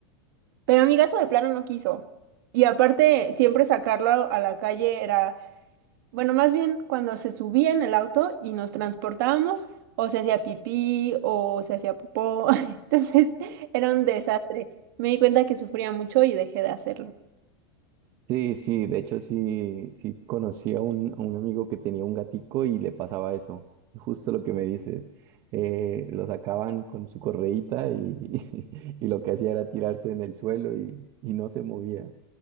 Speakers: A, on the right; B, on the right.
A: pero mi gato de plano no quiso. Y aparte, siempre sacarlo a la calle era bueno, más bien cuando se subía en el auto y nos transportábamos, o se hacía pipí o se hacía popó. <laughs> Entonces era un desastre. Me di cuenta que sufría mucho y dejé de hacerlo.
B: Sí, sí, de hecho sí, sí conocí a un, a un amigo que tenía un gatico y le pasaba eso, justo lo que me dices. Eh, lo sacaban con su correíta y, <laughs> y lo que hacía era tirarse en el suelo y, y no se movía.